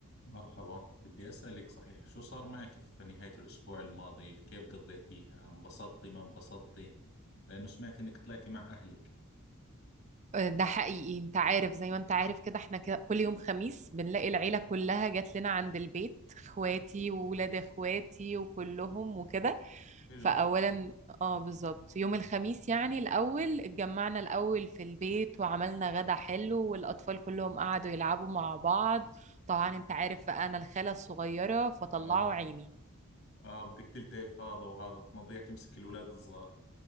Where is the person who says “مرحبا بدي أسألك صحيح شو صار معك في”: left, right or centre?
Left